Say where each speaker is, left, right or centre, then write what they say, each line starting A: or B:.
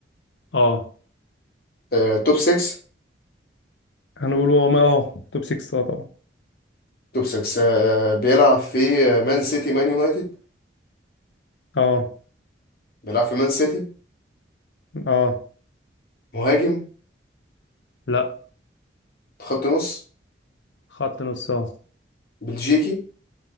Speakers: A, on the left; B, on the left.
A: اه
B: آه، توب 6
A: هنقول اه ما- اه توب 6 اه طبعا
B: توب 6 آه، بيلعب في آه، مان سيتي مان يونايتد
A: اه
B: بيلعب في مان سيتي
A: اه
B: مهاجم
A: لا
B: خط نص
A: خط نص اه
B: بلجيكي